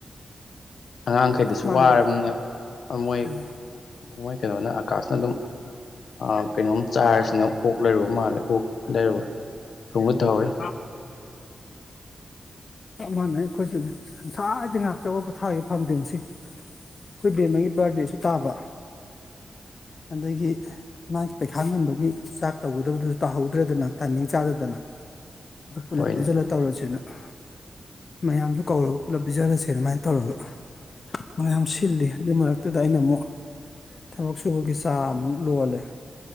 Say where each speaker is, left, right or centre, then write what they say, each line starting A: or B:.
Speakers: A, on the left; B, on the left.
A: ꯑꯉꯥꯡꯈꯩꯗꯁꯨ
B: ꯆꯞ ꯃꯥꯟꯅꯔꯦ
A: ꯋꯥꯔꯕꯅ ꯃꯣꯏ
B: ꯎꯝ
A: ꯃꯣꯏ ꯀꯩꯅꯣꯅ ꯑꯀꯥꯁꯅ ꯑꯗꯨꯝ ꯑ ꯀꯩꯅꯣꯝ ꯆꯥꯏꯔꯁꯤꯅ ꯑꯣꯛ ꯂꯩꯔꯨꯕ ꯃꯥꯜꯂꯦ ꯑꯣꯛ ꯂꯩꯔꯨꯕ ꯊꯨꯝꯕ ꯇꯧꯍꯔꯤ
B: ꯃꯥꯅꯦ ꯑꯩꯈꯣꯏꯁꯨꯅꯦ <unintelligible> ꯊꯥꯒꯦ ꯐꯪꯗꯦ ꯁꯤ ꯑꯩꯈꯣꯏ ꯕꯦꯝꯃꯒꯤ ꯕꯥꯔꯗꯦꯁꯨ ꯇꯥꯕ ꯑꯗꯒꯤ ꯃꯥꯒꯤ ꯄꯩꯈꯥ ꯉꯝꯕꯒꯤ ꯆꯥꯛ ꯇꯧꯒꯗꯕꯗꯨꯁꯨ ꯇꯥꯍꯧꯗ꯭ꯔꯦꯗꯅ ꯇꯥꯏꯃꯤꯡ ꯆꯥꯗꯗꯅ ꯑꯗꯨ ꯄꯨꯂꯞ
A: ꯍꯣꯏꯅꯦ
B: ꯄꯨꯟꯁꯤꯜꯂ ꯇꯧꯔꯁꯤꯦꯅ ꯑ ꯃꯌꯥꯝꯗꯨ ꯀꯧꯔꯒ ꯄꯨꯂꯞ ꯄꯤꯖꯔꯁꯦ ꯑꯗꯨꯃꯥꯏꯅ ꯇ ꯇꯧꯔꯒ ꯃꯌꯥꯝ ꯁꯤꯜꯂꯤ ꯑꯗꯨꯏ ꯃꯔꯛꯇꯨꯗ ꯑꯩꯅ ꯑꯃꯨꯛ ꯊꯕꯛ ꯁꯨꯕꯒꯤ ꯆꯥ ꯑꯃꯨꯛ ꯂꯣꯜꯂꯦ